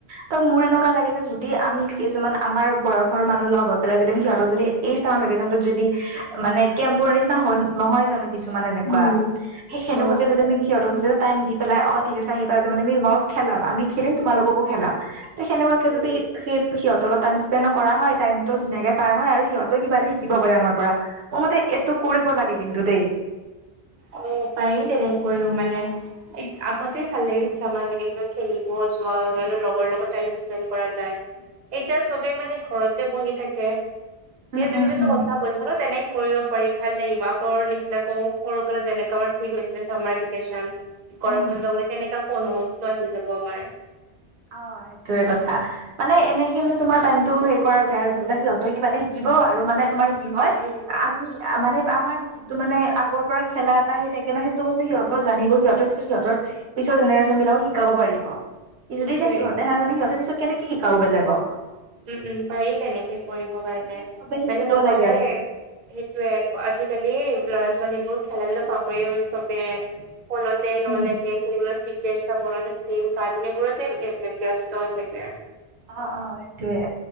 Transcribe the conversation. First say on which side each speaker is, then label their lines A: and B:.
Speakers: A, on the right; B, on the right.
A: ত মোৰ এনেকুৱা লাগে যে, যদি আমি কিছুমান আমাৰ বয়সৰ মানুহ লগ হৈ পেলাই যদি, আমি সিহঁতৰ যদি এই চামাৰ ভেকেশচনতোত যদি মানে কেম্পুৰ নিচিনা হয় নহয় জানো কিছু মানে এনেকুৱা,
B: উম
A: সেই সেনেকুৱাকে
B: অ
A: যদি আমি সিহঁতক যদি এটা টাইম দি পেলাই অঁ ঠিক আছে আহিবা। তামানে যি মন খেলাবা, আমি খেলিম, তোমালোককো খেলাম। ত সেনেকুৱাকে
B: উম
A: যদি সেই সিয়তে তলত আইম স্পেন ন কৰা হয়, টাইমটো ধুনীয়াকে পাৰ হয় আৰু সিহঁতো কিবা এটা শিকিব পাৰে আমাৰ পৰা। মোৰ মতে এইটো কৰিব লাগে কিন্তু দেই।
B: অ পাৰি তেনে কৰিব মানে। এইক আগতে ভাল লাগিছিল চামাৰ ভেকেশ্যনত খেলি, ব'ল যোৱা অনান্য লগৰ লগত টাইম স্পেণ্ড কৰা যায়। এতিয়া চবে মানে ঘৰতে বহি থাকে। কি
A: উম
B: তুমি
A: উম
B: যোনটো
A: উম
B: কথা কৈছা ন, তেনে কৰিব পাৰি ভাল লাগিব আগৰ নিচিনাকো। সৰুকালত যেনেকা আমাৰ ফিল হৈছিলে চামাৰ ভিকেচন, গৰম
A: উম
B: বন্ধ গলে তেনেকা কো অনুভৱ সি যাব আমাৰ।
A: অ সেইটোৱে কথা। মানে এনেকে মানে তোমাৰ টাইমটো সেই কৰা যায় আৰু ধৰি ল সিহঁতে কিবা এটা শিকিব আৰু মানে তোমাৰ কি হয়।
B: উম উম।
A: আমি মানে আমাৰ তো মানে আগৰ পৰা খেলা এটা সি থাকে ন, সেইটো বস্তু সিহঁতৰ জানিব, সিহঁতৰ পিছত সিহঁতৰ পিছৰ জেনেৰেশ্যন বিলাকো শিকাব পাৰিব। যদি
B: সেইটোৱে
A: এতিয়া সিহঁতে নাজানে, সিহঁতে পিছত কেনেকে শিকাব বেলেকক।
B: উম উম পাৰি তেনেকে কৰিব কাৰণে,
A: এইবিলাক চবে শিকিব
B: মানে নহলে
A: লাগে আচলতে
B: সেইটোয়ে, আজিকালি ল'ৰা-ছোৱালীবোৰ খেলা-ধূলাত পাহৰিয়ে‌ গৈছে চবে। ফনতে নহলে
A: উম
B: গেম খেলিবলৈ, ক্ৰিকেট চাব নহ'লে টেম কাৰটুন এইবোৰতে ব্যস্ত হৈ থাকে।
A: অঁ অঁ সেইটোয়ে,